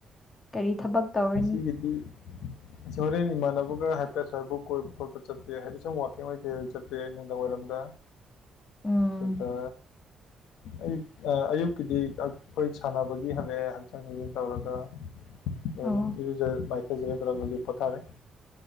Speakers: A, on the left (about 25°); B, on the left (about 85°).
A: ꯀꯔꯤ ꯊꯕꯛ ꯇꯧꯔꯅꯤ
B: ꯉꯁꯤꯒꯤꯗꯤ
A: <inaudible>
B: ꯑꯁꯤ ꯍꯣꯔꯦꯟ ꯏꯃꯥꯟꯅꯕꯒ ꯍꯥꯏꯐꯦꯠ ꯑꯁ꯭ꯋꯥꯢꯚꯧ ꯀꯣꯏꯕ ꯈꯣꯠꯄ ꯆꯠꯄ ꯌꯥꯏ ꯍꯥꯏꯗꯤ ꯁꯨꯝ ꯋꯥꯀꯤꯡ ꯑꯣꯏ ꯀꯩ ꯑꯣꯢ ꯆꯠꯄ ꯌꯥꯏ ꯅꯨꯡꯗꯥꯡꯋꯥꯏꯔꯝꯗ
A: <inaudible> ꯎꯝ
B: ꯑꯗꯨꯒ ꯑꯩ ꯑꯌꯨꯛꯀꯤꯗꯤ ꯑꯈꯣꯏ ꯁꯥꯟꯅꯕꯒꯤ ꯍꯜꯂꯛꯑꯦ ꯍꯛꯆꯥꯡ ꯁꯥꯖꯦꯟ ꯇꯧꯔꯒ <unintelligible>
A: ꯑꯣ
B: ꯏꯔꯨꯖꯔ ꯃꯥꯏꯊꯖꯔ ꯇꯧꯔꯒ ꯄꯣꯊꯥꯔꯦ